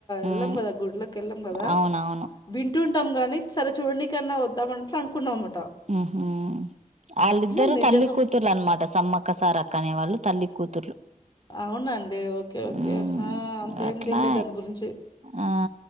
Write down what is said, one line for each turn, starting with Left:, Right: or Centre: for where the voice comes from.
Right: ఉమ్
Left: ఎళ్లం పోదా గుడ్లకి ఎళ్లం కదా
Right: అవునవును
Left: విన్ టుంటాం కానీ సరే చూడడికైన్నా వద్దాం అన్నట్టు అనుకున్నాం అన్నమాట
Right: ఉహూ వాళ్ళిద్దరు
Left: నిజంగా
Right: తల్లి కూతురు అనమాట సమ్మక్కసారక్కనే వాళ్ళు తల్లి కూతురు
Left: అవునండి ఓకే ఓకే
Right: ఉమ్
Left: అంత ఏం
Right: అట్లా
Left: తెలియదు దాని గురించి
Right: ఆ